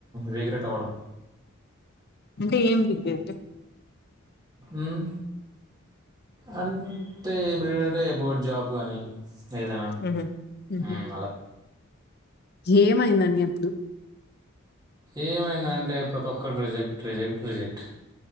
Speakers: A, on the right (about 20°); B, on the left (about 50°).
A: రీగ్రెట్ అవ్వడం
B: అంటే ఏం దిగ్గట్
A: ఉం అంటే ఇపుడు ఏంటి అంటే ఎ బో జాబ్ గానీ ఏదనా
B: ఉహు ఉహు
A: ఉమ్ అలా
B: ఏమైందండి అప్పుడు
A: ఏమైంద అంటే ప్రతి ఒక్కరు రిజెక్ట్ రిజెక్ట్ రిజెక్ట్